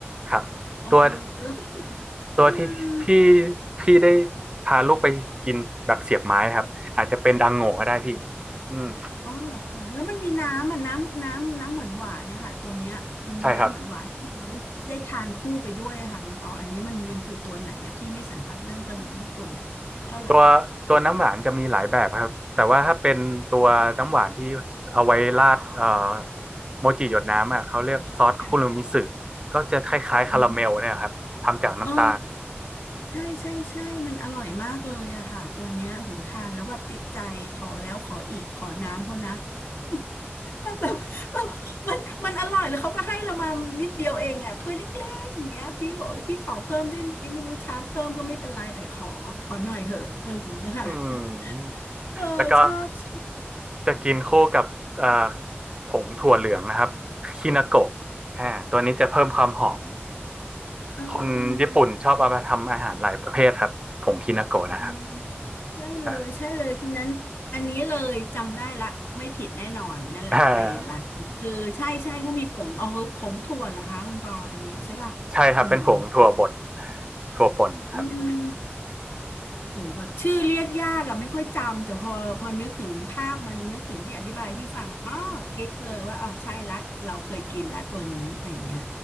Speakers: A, on the right (about 20°); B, on the left (about 65°).
A: ครับตัว
B: อ๋อแล้วก็
A: ตัวที่พี่
B: อืม
A: พี่ได้พาลูกไปกินแบบเสียบไม้ครับอาจจะเป็นดังโง่ก็ได้พี่อืม
B: อ๋อเหรอคะแล้วมันมีน้ำอ่ะน้ำน้ำน้ำหวานหวานนะคะตัวเนี้ยมันมีน้ำหวานหวานที่เราได้ได้ทานคู่ไปด้วยค่ะคุณปออันเนี้ยมันมันคือตัวไหนอะพี่ไม่สันทัดเรื่องขนมญี่ปุ่น
A: ใช่ครับ
B: เท่าไหร่
A: ตัวตัวน้ำหวานจะมีหลายแบบครับแต่ว่าถ้าเป็นตัวน้ำหวานที่เอาไว้ราดเอ่อโมจิหยดน้ำอ่ะเขาเรียกซอสคุรุมิสึ
B: ค่ะ
A: ก็จะคล้ายๆคาราเมลเนี่ยครับทำจากน้ำตาล
B: อืมเออ ใช่ใช่ใช่มันอร่อยมากเลยอะค่ะ ตัวเนี้ยโหทานแล้วแบบติดใจ ขอแล้วขออีกขอน้ำเขานะ <laughs> แวบบแบบมันมันอร่อยแล้วเขาก็ให้เรามานิดเดียวเองอะถ้วยเล็กๆอย่างเงี้ยพี่บอกเอ้ยพี่ขอเพิ่มได้ไหมไม่รู้ชาร์จเพิ่มก็ไม่เป็นไร แต่ขอขอหน่อยเหอะอะไรอย่างเงี้ยค่ะ
A: อืม
B: <laughs> เออชอบชอบ
A: แล้วก็จะกินคู่กับเอ่อผงถั่วเหลืองนะครับคินาโกะอ่าตัวนี้จะเพิ่มความหอม
B: เออ
A: คนญี่ปุ่นชอบเอามาทำอาหารหลายประเภทครับผงคินาโกะนะครับ
B: อืมใช่เลยใช่เลยฉะนั้นอันนี้เลยจำได้ละไม่ผิดแน่นอนนั่นแหละไปร้านเออใช่ใช่เขามีผงเอาคือผงถั่วเหรอคะคุณปออันเนี้ยใช่ป่ะถั่วเหลือง
A: ใช่อ่าใช่ครับเป็นผงถั่วบดถั่วป่นครับ
B: อืมโหแบบชื่อเรียกยากอะไม่ค่อยจำแต่พอพอนึกถึงภาพมันนึกถึงที่อธิบายพี่ฟังอ๋อกิ๊กเลยว่าอ๋อใช่ละเราเคยกินละตัวนี้อะไรอย่างเงี้ย